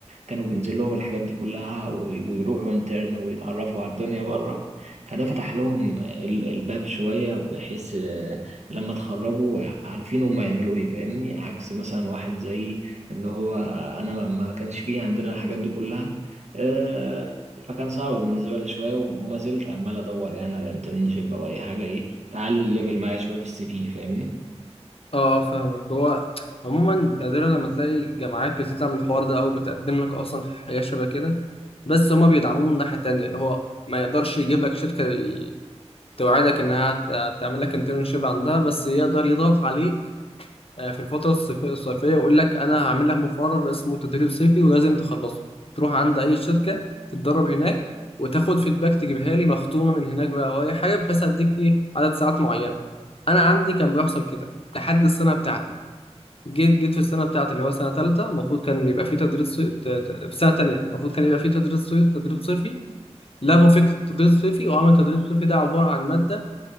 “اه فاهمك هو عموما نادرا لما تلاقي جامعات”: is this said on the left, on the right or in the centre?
Left